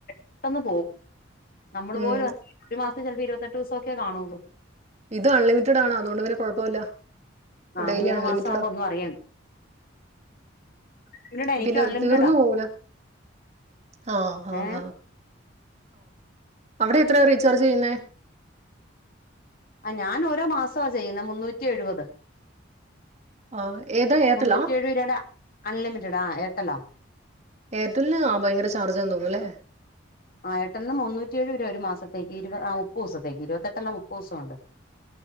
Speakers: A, on the left; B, on the right.
A: പെട്ടെന്ന് നമ്മള്
B: ഉം
A: പോലെ ഒരു മാസം ചിലപ്പോ ഇരുപത്തെട്ട് ദിവസകാണുള്ളൂ
B: ഇത് അൺലിമിറ്റഡ് ആണ്. അതുകൊണ്ട് പിന്നെ കുഴപ്പമില്ല
A: ആ
B: ഡെയിലി
A: മൂന്ന്
B: അൺലിമിറ്റഡാ
A: മാസം ആകുമ്പോ ഒന്നും അറിയണ്ട അൺലിമിറ്റഡാ എനിക്കും
B: പിന്നെ
A: അൺലിമിറ്റഡാ
B: തീർന്നു പോകുല ആഹ
A: ഏഹ്
B: അവിടെ എത്രയ റീചാർജ് ചെയ്യുന്നത്?
A: ആ ഞൻ ഓരോ മാസമാ ചെയ്യുന്നത് മുന്നൂറ്റി എഴുപത്
B: ആ ഏതാ എയർടെലാ
A: മുന്നൂറ്റി ഏഴു രുപായുടെ അൺലിമിറ്റഡ് ആ എയർടെലാ
B: എയർടെല്ലന് ആ ഭയങ്കര ചാർജ്ന്ന് തോന്നുംല്ലേ?
A: ആയിട്ടന്ന് മുന്നൂറ്റിേഏഴ് വരെ ഒരു മാസത്തേക്ക് ഇരുപ ആ മുപ്പ ദിവസത്തേക്ക് ഇരുപത്തെട്ടല്ലാം മുപ്പ ദിവസംുണ്ട്